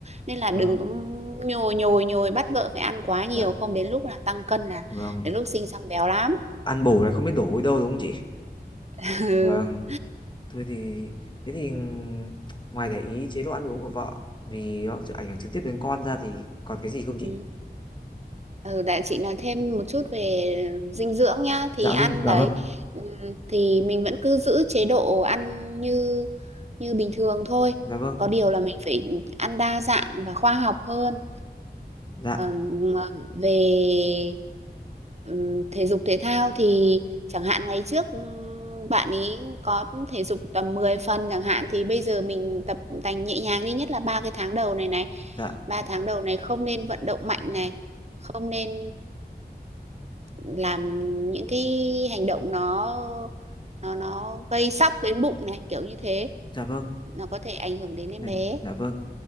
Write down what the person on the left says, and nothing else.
vâng
dạ
vâng
ăn bổ là không biết đổ đi đâu đúng không chị
vâng thôi thì thế thì ngoài để ý chế độ ăn uống của vợ vì nó sẽ ảnh hưởng trực tiếp đến con ra thì còn cái gì không
chị
dạ
dinh dạ
vâng
dạ vâng
dạ
dạ
dạ vâng
dạ
dạ vâng